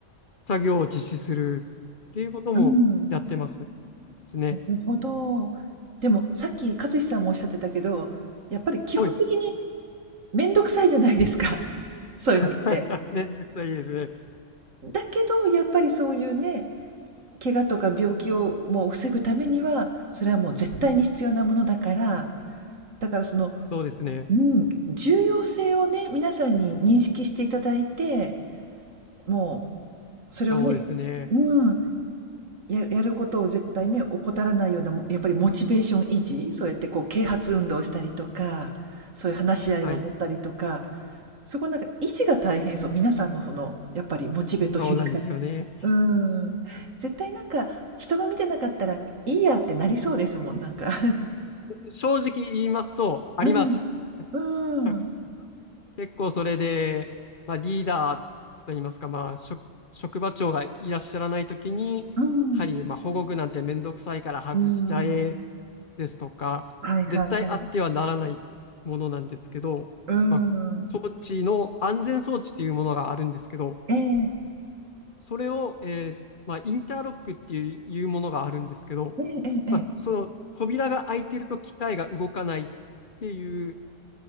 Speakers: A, on the left; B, on the right.
A: 作業を実施するっていうこともやってます。
B: うんうん。うん。
A: ですね。
B: なるほど。でも、さっき勝志さんもおっしゃってたけど、やっぱり基本的に
A: はい。
B: 面倒くさいじゃないですか、そういうのって。
A: <laughs> めんどくさいですね。
B: だけど、やっぱりそういうね、怪我とか病気をもう防ぐためにはそれはもう絶対に必要なものだからだからその、
A: そうですね。
B: うん、重要性をね皆さんに認識していただいてもうそれをね、
A: そうですね。
B: うん、ややることを絶対ね怠らないようなやっぱりモチベーション維持そうやってこう啓発運動をしたりとかそういう話し合いを持ったりとか
A: はい。
B: そこなんか維持が大変そう皆さんのそのやっぱりモチベというか
A: そうなんですよね。
B: うーん。絶対なんか、人が見てなかったら、いいやってなりそうですもん、なんか。<laughs>
A: 正直言いますと、あります。
B: うん。うーん。
A: <laughs> 結構それで、まあ、リーダーといいますか、まあ、職、職場長がいらっしゃらないときに、
B: うん。
A: やはり、まあ、保護具なんてめんどくさいから外しちゃえ
B: うーん。
A: ですとか、
B: はいはいはい。
A: 絶対あってはならないものなんですけど、
B: うー
A: まあ、
B: ん。
A: 装置の安全装置っていうものがあるんですけど、
B: ええ。
A: それを、えーまあ、インターロックっていういうものがあるんですけど、
B: ええええええ。
A: まあ、その扉が開いてると機械が動かないっていう